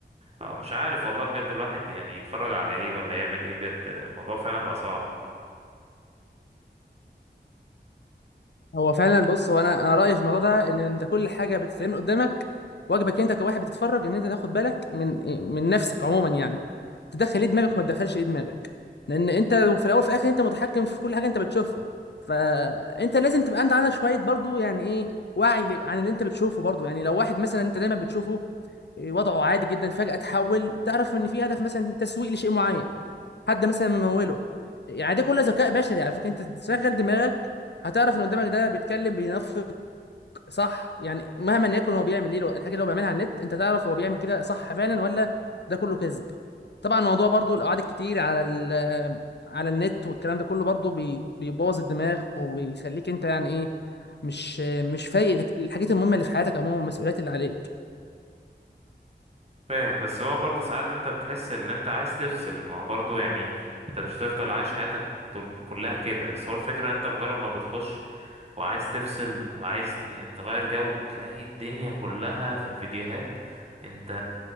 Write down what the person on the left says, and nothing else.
هو فعلا بص هو انا انا رايي في الموضوع ده ان انت كل حاجه بتتعمل قدامك واجبك انت كواحد بتتفرج ان انت تاخد بالك من من نفسك عموما يعني تدخل ايه دماغك وما تدخلش ايه دماغك لان انت في الاول وفي الاخر انت متحكم في كل حاجه انت بتشوفها فانت لازم تبقى انت عندك شويه برضو يعني ايه وعي عن اللي انت بتشوفه برضو يعني لو واحد مثلا انت دايما بتشوفه وضعه عادي جدا فجأة تحول تعرف ان في هدف مثلا تسويق لشيء معين حد مثلا مموله يعني ده كله ذكاء بشري على فكرة انت تشغل دماغك هتعرف ان قدامك ده بيتكلم بينفق صح يعني مهما يكن هو بيعمل ايه لو- الحاجة اللي هو بيعملها على النت انت تعرف هو بيعمل كده صح فعلا ولا ده كله كذب طبعا الموضوع برضو القعاد الكتير على ال- آه، على النت والكلام ده كله برضو بي- بيبوظ الدماغ وبيخليك انت يعني ايه مش مش فايق لك- الحاجات المهمة اللي في حياتك عموما والمسؤوليات اللي عليك